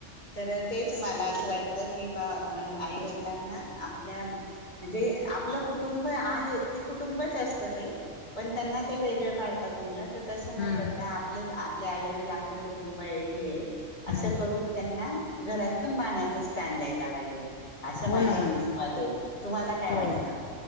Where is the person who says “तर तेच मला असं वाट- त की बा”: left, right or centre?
Left